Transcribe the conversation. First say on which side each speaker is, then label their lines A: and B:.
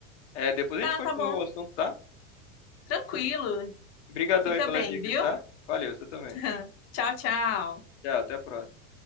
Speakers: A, on the left; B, on the left.
A: É, depois
B: Tá,
A: a gente continua
B: tá bom,
A: o assunto, tá?
B: tranquilo.
A: Obrigadão
B: Fica
A: aí pelas
B: bem,
A: dicas,
B: viu?
A: tá? Valeu, você também.
B: <laughs> Tchau, tchau.
A: Tchau, até a próxima.